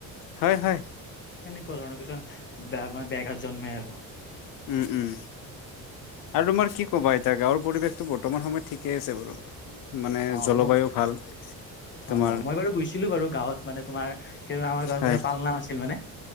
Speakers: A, on the left; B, on the left.
A: হয়, হয়।
B: সেনেকুৱা ধৰণৰ কিছুমান বেয়া মানে ব্যাঘাত জন্মে আৰু।
A: উম, উম। আৰু তোমাৰ কি কবা এতিয়া গাৱঁৰ পৰিৱেশটো বৰ্তমান সময়ত ঠিকেই আছে বাৰু। এ
B: অ
A: জলবায়ুও
B: মোৰ
A: ভাল। তোমাৰ
B: অ', হয় মই বাৰু গৈছিলো বাৰু গাঁৱত মানে তোমাৰ কিবা গাৱঁত
A: হয়
B: মানে পালনাম আছিল মানে।